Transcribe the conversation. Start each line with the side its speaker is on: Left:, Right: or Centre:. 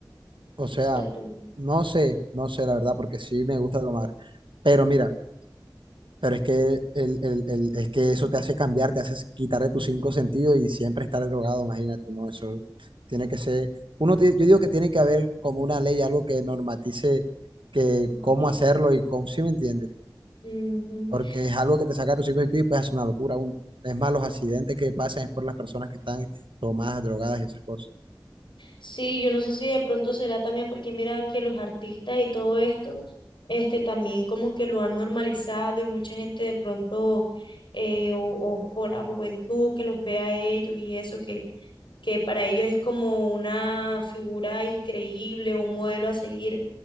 Right: o
Left: O
Right: sea,
Left: sea, tú
Right: no sé, no sé la verdad, porque sí me gusta tomar, pero mira, pero es que, el, el, el- es que eso te hace cambiar, te hace quitar de tus cinco sentidos y siempre estar drogado, imagínate, no, eso tiene que ser, uno, tie- yo digo que tiene que haber como una ley, algo que normatice que
Left: normalizas.
Right: cómo hacerlo y cómo, ¿sí me entiendes?
Left: dices
Right: porque es algo que te saca de tu cinco sentidos y pues es una locura aún. Es más, los accidentes que pasan es por las personas que están tomadas, drogadas y esas cosas.
Left: Sí, yo no sé si de pronto será también porque mira que los artistas y todo esto, este también como que lo han normalizado y mucha gente de pronto, eh, o, o, o la juventud que los ve a ellos y eso, que, que para ellos es como una figura increíble, un modelo a seguir.